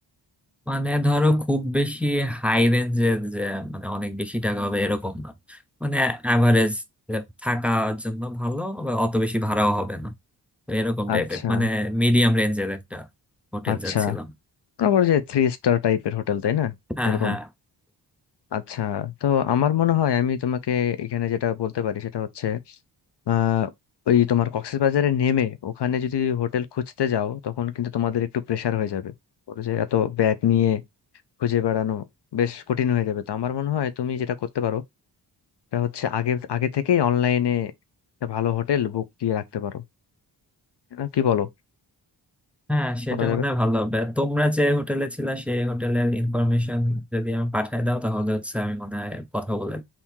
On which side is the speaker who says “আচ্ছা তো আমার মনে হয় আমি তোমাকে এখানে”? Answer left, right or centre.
Left